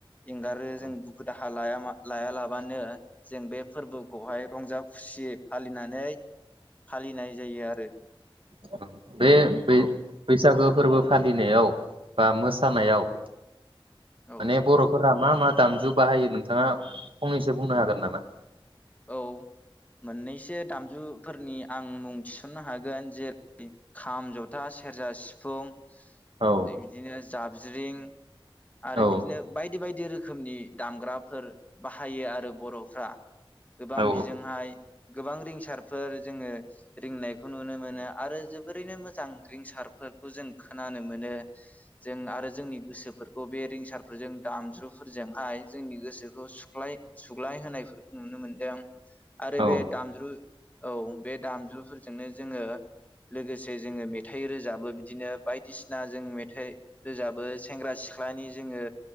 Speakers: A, on the left (about 15°); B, on the right (about 70°).
A: एंगारो
B: औ
A: जों दुखु दाहा लाया लायालाबानो जों बे फोरबोखौहाय रंजा खुसियै फालिनानै फालिनाय जायो आरो
B: <inaudible> बे बै-बैसागो
A: औ
B: फोरबो फालिनायाव बा मोसानायाव माने
A: औ
B: बर'फोर फोरा मा मा दामजु बाहायो नोंथाङा फंनैसो बुंनो हागोन नामा?
A: औ मोननैसो दामजुफोरनि आं मुं थिसननो हागोन खाम, ज था, सेरजा, सिफुं
B: औ
A: इदिनो जाबज्रिं आरो
B: औ
A: बिदिनो बायदि बायदि रो खोमनि दामग्राफोर बाहायो आरो बर'फ्रा। गोबां
B: औ
A: बिजोंहाय गोबां रिंसार फोर जोङो रिंनायखौ नुनो मोनो आरो जोबोरैनो मोजां रिंसारफोरखौ जों खोनानो मोनो। जों आरो जोंनि गोसोफोरखौ बे रिंसारफोरजों दामज्रुफोरजोंहाय जोंनि गोसोखौ सुग्लाय सुग्लाय होनायफोर नुनो मोनदों। आरो
B: औ
A: बे दामज्रु औ बे दामजुफोरजोंनो जोङो लोगोसे जोङो मेथाइ रोजाबो बिदिनो बायदिसिना जों मेथाइ रोजाबो सेंग्रा सिख्लानि जोङो